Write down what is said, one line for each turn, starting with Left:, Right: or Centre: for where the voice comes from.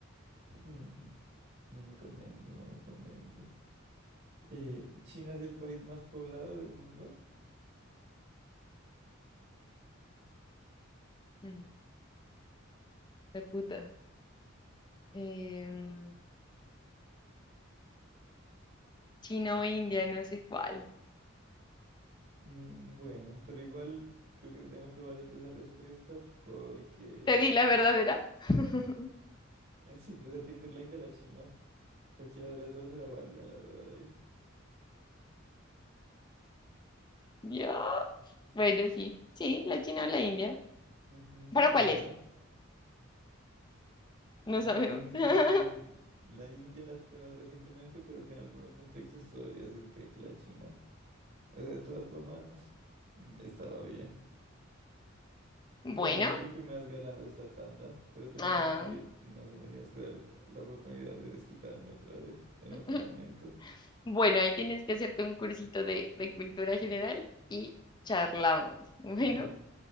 Right: Hmm, No me convence, no me convence. Eh, ¿China es el país más poblado del mundo?
Left: Mm, La puta. Em, China o India, no sé cuál.
Right: Mm, Bueno, pero igual creo que tengo que valer de esa respuesta porque
Left: Te di la verdadera. <laughs>
Right: eh, sí, pues esa tiene que ser la India o la China. Cualquiera de las dos era válida, la verdad, ahí.
Left: Dios. Bueno, sí. Sí, la China o la India.
Right: Ujú,
Left: ¿Para cuál
Right: bueno,
Left: es? No
Right: Mm,
Left: sabemos.
Right: dicen
Left: <laughs>
Right: que la India la ha superado recientemente, pero que en algunos contextos todavía se cree que la China. O sea, de todas formas, mm, estaba bien.
Left: Bueno.
Right: Bueno, yo creo que me has ganado esta tanda, pero tenemos
Left: Ah.
Right: que, no sé, me tienes que dar la oportunidad de desquitarme otra vez en
Left: <laughs>
Right: otro momento.
Left: Bueno, ahí tienes que hacerte un cursito de, de cultura general y charlamos. Bueno,
Right: <laughs>